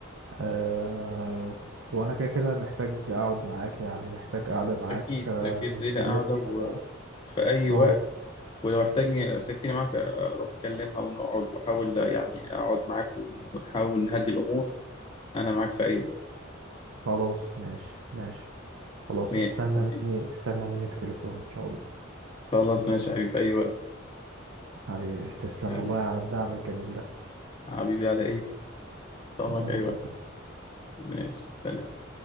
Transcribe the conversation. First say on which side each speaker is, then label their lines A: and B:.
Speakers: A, on the right; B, on the left.
A: أه وأنا كده كده محتاج أقعد معاك يعني محتاج قعدة معاك
B: أكيد
A: أه
B: أكيد ليلة
A: نتكلم
B: قاعدة
A: فيها
B: وفي
A: بقى
B: أي وقت
A: اه
B: ولو احتاجني احتاجتني معاك آه، أروح أكلمها ونقعد وأحاول آه، يعني أقعد معاك ون- ونحاول نهدي الأمور أنا معاك في أي وقت
A: خلاص ماشي ماشي خلاص
B: ماشي
A: استنى
B: حبيبي
A: مني استنى مني تليفون إن شاء الله
B: خلاص ماشي يا حبيبي في أي وقت
A: حبيبي تسلم
B: حبيبي
A: والله على الدعم الجميل ده
B: حبيبي على إيه؟ أخطبك
A: يلا
B: أي وقت
A: سلام
B: ماشي سلام